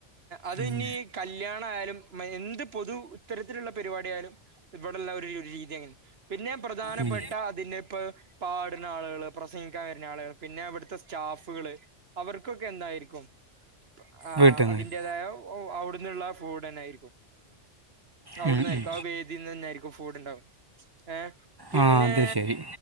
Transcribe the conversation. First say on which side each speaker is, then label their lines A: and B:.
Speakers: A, on the right; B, on the right.
A: അത്
B: ഉം.
A: ഇനി കല്യാണ ആയാലും എന്ത് പൊതു ഇത്തരത്തിലുള്ള പരിപാടിയായാലും ഇവടെല്ല ഒരു രീതി അങ്ങനെ പിന്നെ പ്രധാനപ്പെട്ട
B: ഉം.
A: അതിന്റെ ഇപ്പ പാടുന്ന ആളുകൾ പ്രസംഗിക്കാൻ വരുന്ന ആളുകൾ പിന്നെ അവിടുത്തെ സ്റ്റാഫുകള് അവർക്കൊക്കെ എന്തായിരിക്കും ആഹ്
B: വീട്ടിൽ
A: അതിന്റെതായ
B: നിന്ന്
A: അവിടന്നുള്ള ഫൂഡ് തന്ന ആയിരിക്കും. അവിടന്നായിരിക്കും
B: ഉം ഉം
A: ആ വേദിന്ന് തന്നെയായിരിക്കും ഫൂഡ് ഉണ്ടാവും ഏ പിന്നെ
B: ആ അത് ശരി